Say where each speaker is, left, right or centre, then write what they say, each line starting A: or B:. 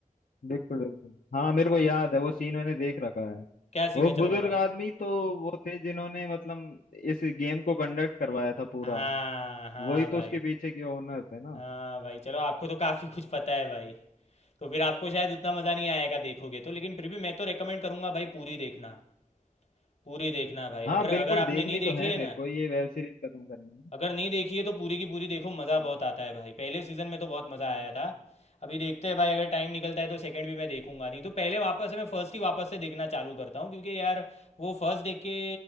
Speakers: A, on the left (about 70°); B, on the left (about 50°).
A: बिल्कुल बिल्कुल हाँ मेरे को याद है वो सीन मैंने देख रखा है
B: क्या सीन
A: वो
B: है
A: बुजुर्ग
B: चलो बताओ
A: आदमी तो वो थे जिन्होंने मतलब इस गेम को कंडक्ट करवाया था पूरा
B: हाँ हाँ
A: वही तो
B: भाई
A: उसके पीछे के ओनर थे ना
B: हाँ भाई चलो आपको तो काफ़ी कुछ पता है भाई तो फिर आपको शायद उतना मज़ा नहीं आएगा देखोगे तो लेकिन फिर भी मैं तो रेकमेंड करूंगा भाई पूरी देखना पूरी देखना भाई
A: हाँ
B: अगर
A: बिल्कुल
B: अगर आपने
A: देखनी
B: नहीं देखी
A: तो है
B: है
A: मेरे
B: ना
A: को ये वेब सीरीज खत्म करनी
B: अगर नहीं देखी है तो पूरी की पूरी देखो मज़ा
A: है
B: बहुत आता है भाई पहले सीज़न में तो बहुत मज़ा आया था अभी देखते हैं भाई अगर टाइम निकलता है तो सेकंड भी मैं देखूंगा नहीं तो पहले वापस से मैं फर्स्ट ही वापस से देखना चालू करता हूँ क्योंकि यार वो फर्स्ट देख के